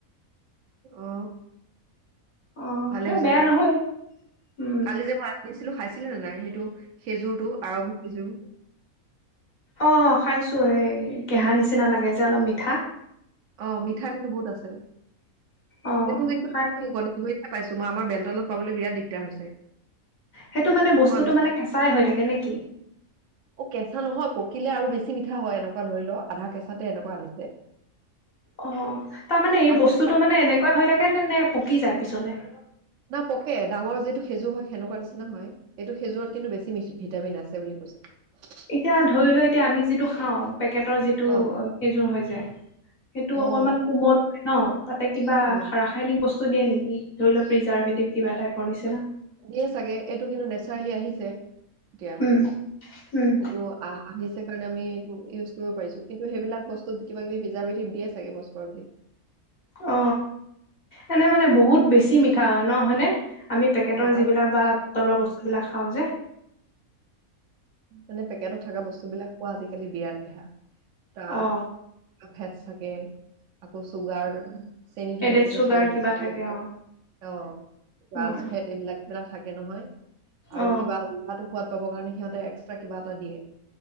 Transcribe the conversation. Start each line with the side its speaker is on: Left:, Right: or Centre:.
Right: অ
Left: অ
Right: ভালে
Left: সেই
Right: হৈছে
Left: বেয়া
Right: দে
Left: নহয় উম
Right: কালি যে মই দিছিলো খাইছিলে নে নাই সেইটো খেজুৰটো আৰবি খেজুৰ।
Left: অ খাইছো এই কেহা নিচিনা লাগে যে অলপ মিঠা।
Right: অ মিঠা কিন্তু বহুত আছিল
Left: অ
Right: সেইটো কিন্তু
Left: খাই
Right: গণ পাইছো মই আমাৰ বেলতলাত পাবলৈ বিৰাট দিগদাৰ হৈছে।
Left: সেইটো মানে বস্তুটো
Right: মই
Left: মানে কেঁচাই হৈ থাকে নে কি
Right: অ কেঁচা নহয় প- কিলে আৰু বেছি মিঠা হয় এনেকোৱা ধৰি লও আধা কেঁচাতে এনেকোৱা আনিছে।
Left: অ তাৰমানে এই
Right: আৰু
Left: বস্তুটো
Right: সেইটো
Left: মানে এনেকোৱা হৈ থাকে নে নে পকি যায় পিছলে
Right: না পকে ডাঙৰ যিটো সেজুৰ হয় সেনেকোৱা নিচিনা হয় এইটো খেজুৰত কিন্তু বেছি ভিটামিন আছে। সেই বুলি কৈছে।
Left: এতিয়া ধৰি লও এতিয়া আমি যিটো খাওঁ পেকেটৰ যিটো
Right: অ
Left: খেজুৰ হৈ যায় সেইটো
Right: অ
Left: অকনমান কোমল। ন তাতে কিবা
Right: অ
Left: ৰাসায়নিক বস্তু দিয়ে নেকি ধৰি লওক প্ৰিজাৰ্ভেটিভ কিবা টাইপৰ নিচিনা।
Right: দিয়ে চাগে এইটো কিন্তু নেচাৰেলি আহিছে এতিয়া
Left: উম উম
Right: এইটো আহ আহিছে কাৰণে আমি এইটো ইউজ কৰিব পাৰিছো কিন্তু সেইবিলাক বস্তুত কিবা কিবি প্ৰিজাৰভেটিভ দিয়ে চাগে লছ পৰিব বুলি
Left: অ এনে মানে বহুত বেছি মিঠা হয় ন হয়নে আমি পেকেটৰ
Right: অ
Left: যিবিলাক
Right: আৰু
Left: বা তলৰ বস্তুবিলাক খাওঁ যে
Right: মানে পেকেটত থকা বস্তু বিলাক কোৱা আজিকালি বিৰাট বেয়া। তা
Left: অ
Right: ফেট থাকে আকৌ চুগাৰ চেনীটো
Left: এডেড
Right: বেছিকে
Left: চুগাৰ
Right: খালে
Left: কিবা
Right: বুলি
Left: থাকে অ
Right: অ গাছ
Left: উম
Right: ফেট এইবিলাক বিলাক থাকে নহয় আৰু
Left: অ
Right: কিবা সোৱাদ‌ পাবৰ কাৰণে সিহঁতে এক্সটা কিবা এটা দিয়ে